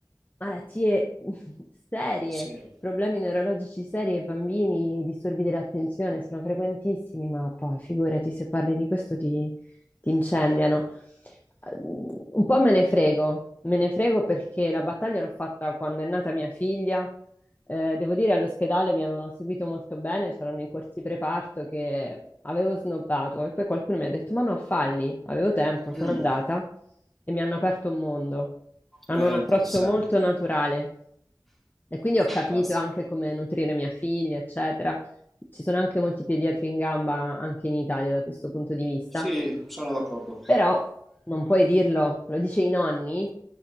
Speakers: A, on the left; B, in the centre.
A: malattie <laughs> serie,
B: sì.
A: problemi neurologici seri ai bambini, disturbi dell'attenzione sono frequentissimi, ma poi figurati se parli di questo ti, ti incendiano. Eh, Un po' me ne frego, me ne frego perché la battaglia l'ho fatta quando è nata mia figlia eh, devo dire, all'ospedale mi avevano seguito molto bene, c'erano i corsi preparto che avevo snobbato e poi qualcuno mi ha detto: Ma no, falli, avevo tempo, sono
B: Mm,
A: andata e mi hanno aperto un mondo. Hanno
B: è
A: un approccio
B: interessante,
A: molto naturale. E quindi ho
B: fantastico.
A: capito anche come nutrire mia figlia, eccetera. Ci sono anche molti pediatri in gamba anche in Italia da questo punto di vista,
B: Sì, sono d'accordo.
A: però non puoi dirlo, lo dice i nonni.